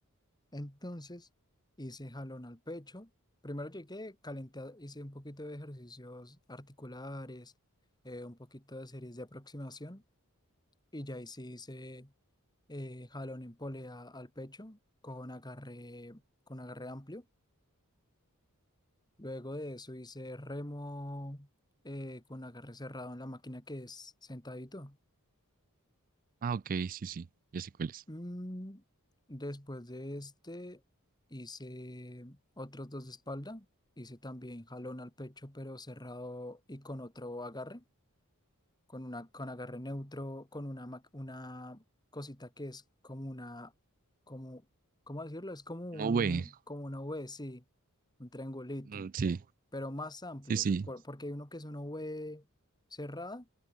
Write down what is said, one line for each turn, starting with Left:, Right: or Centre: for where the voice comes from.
Left: Entonces hice jalón al pecho. Primero llegué, calenté, hice un poquito de ejercicios articulares, eh, un poquito de series de aproximación y ya ahí sí hice eh, jalón en polea al pecho con agarre, con agarre amplio. Luego de eso hice remo eh, con agarre cerrado en la máquina que es sentadito.
Right: Ah, ok, sí, sí, ya sé cuál es.
Left: Mm, después de este, hice otros dos de espalda. Hice también jalón al pecho, pero cerrado y con otro agarre, con una, con agarre neutro, con una, ma- una cosita que es como una, como, ¿cómo decirlo? Es como
Right: No,
Left: un,
Right: güey.
Left: como una V, sí, un triangulito,
Right: Mm, Sí,
Left: pero más amplio,
Right: sí, sí.
Left: por- porque hay uno que es una V cerrada